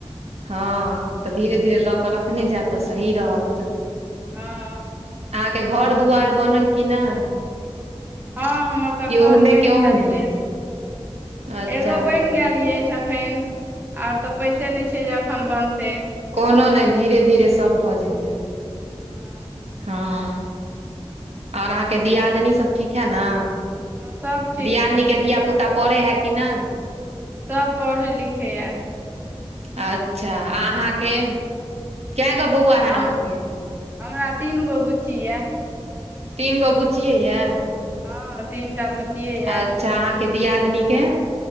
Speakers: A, on the right (about 80°); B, on the right (about 20°).
A: हँ त धीरे धीरे लऽ क रखने जायत तऽ सही रहत
B: हँ
A: के घर दुआर बनल की नहि?
B: हँ हमर तऽ
A: कि ओहने
B: घर बनि
A: के ओहने
B: गेल अछि।
A: अच्छा
B: एगो बनि गेल अछि अखन। आओर तऽ पैसे नहि छै। जे एखन बनतै
A: कोनो नहि धीरे धीरे सभ भऽ जेतै
B: हँ
A: हँ ओर अहाँके दियादनी सभ ठीक है ने?
B: हँ सभ ठीक
A: दियादनी
B: छै
A: के धिया पुता पढ़े है कि न?
B: सभ पढ़ै लिखैए।
A: अच्छा अहाँके केगो बौआ है
B: हम
A: अहाँके?
B: हमरा तीन गो बुच्ची य।
A: तीन गो बुचिये यै।
B: हँ तीन टा बुच्चिए यए
A: अच्छा अहाँ के दियादिनी के?